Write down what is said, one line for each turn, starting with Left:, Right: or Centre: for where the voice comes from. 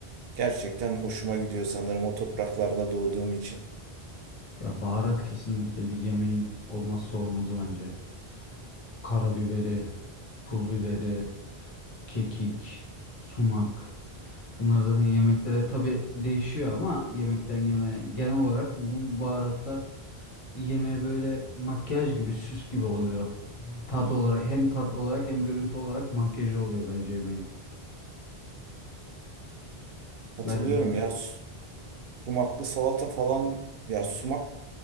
Right: Gerçekten hoşuma gidiyor sanırım o topraklarda doğduğum için.
Left: Ya baharat kesinlikle bir yemeğin olmazsa olmazı bence. Karabiberi, pul biberi. kekik, sumak. Bunlar zaten yemeklere tabii değişiyor ama yemekten yemeğe genel olarak bu baharatlar bir yemeğe böyle makyaj gibi, süs gibi oluyor. Tat olarak hem tat olarak hem görüntü olarak makyajı oluyor bence yemeğin.
Right: Katılıyorum
Left: Bence öyle.
Right: ya su- sumaklı salata falan ya sumak